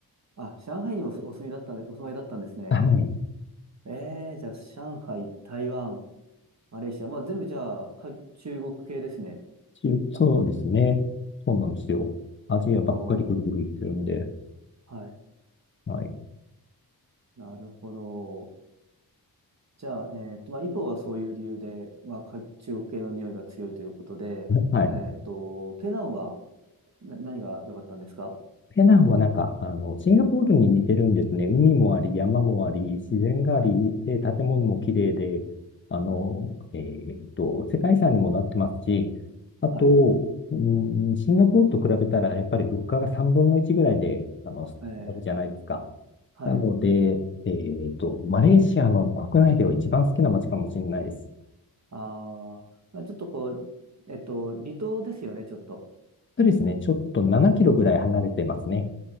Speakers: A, on the right (about 45°); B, on the left (about 30°).
A: あ、あ、上海にもおお住みだったんで、お住まいだったんですね。
B: はい。
A: ええ、じゃあ、上海、台湾、マレーシア、まあ、全部じゃあ、か中国系ですね。
B: 中そうですね。そうなんですよ。アジアばっかりぐるぐる行ってるんで。
A: おー、はい。
B: はい。
A: なるほど。じゃあ、えっと、まあ、イポはそういう理由で、まあ、か中国系の匂いが強いということで、
B: はい。
A: えっと、ペナンはな何が良かったんですか
B: ペナンはなんか、あの、シンガポールに似てるんですね。海もあり、山もあり、自然があり、
A: はい、
B: で、建物も綺麗で、あの、
A: はい、
B: えーっと、世界遺産にもなってますし、あと、
A: はい、
B: うん、シンガポールと比べたら、やっぱり物価が3分の1ぐらいで、あの、
A: えー、
B: あるじゃないですか。
A: はい。
B: なので、えーっと、マレーシアの国内では一番好きな街かもしれないです。
A: あー、まあ、ちょっとこう、えっと、離島ですよね、ちょっと。
B: そうですね、ちょっと7キロぐらい離れてますね。